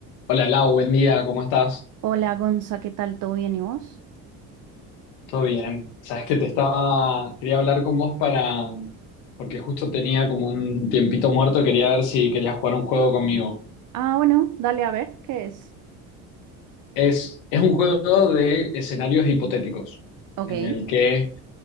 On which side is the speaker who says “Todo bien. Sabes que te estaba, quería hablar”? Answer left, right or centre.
Left